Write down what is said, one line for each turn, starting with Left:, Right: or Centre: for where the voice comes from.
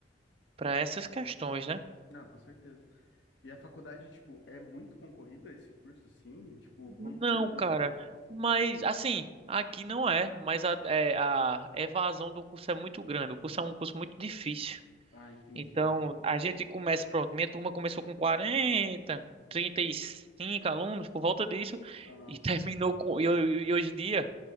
Right: para essas questões, né?
Left: Não, com certeza. E a faculdade, tipo, é muito concorrida esse curso, assim? Tipo,
Right: Não,
Left: como que você vê?
Right: cara, mas assim, aqui não é, mas a, é, a evasão do curso é muito grande. O curso é um curso muito difícil.
Left: Ah, entendi.
Right: Então, a gente começa, pronto, minha turma começou com quarenta, trinta e cinco alunos, por volta disso,
Left: Aham.
Right: e <laughs> terminou com. E, ho- e hoje em dia